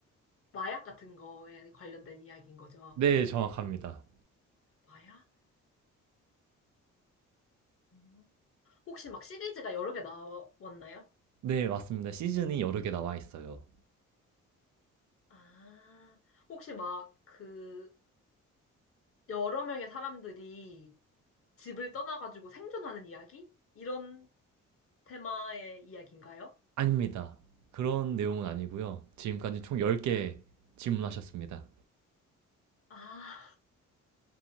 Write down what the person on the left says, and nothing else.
마약 같은 거에 관련된 이야기인 거죠.
마약? 음. 혹시 막 시리즈가 여러 개 나왔나요?
아, 혹시 막 그 여러 명의 사람들이 집을 떠나가지고 생존하는 이야기? 이런 테마의 이야기인가요?
아,